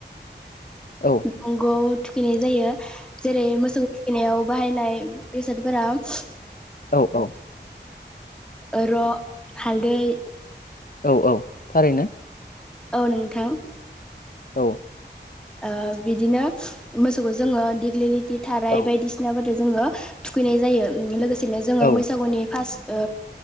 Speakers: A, on the left; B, in the centre.
A: औ
B: दंग'आव थुखैनाय जायो जेरै मोसौ थुखैनायाव बाहायनाय बेसादफोराव
A: औ औ
B: ओ र हालदै
A: औ औ थारैनो।
B: औ नोंथां
A: औ
B: ओ बिदिनो मोसौखौ जोङो दिग्लिलिथि थाराय
A: औ
B: बायदिसिनाबो जोङो थुखैनाय जायो लोगोसेनो जोङो
A: औ
B: बैसागुनि फास ओ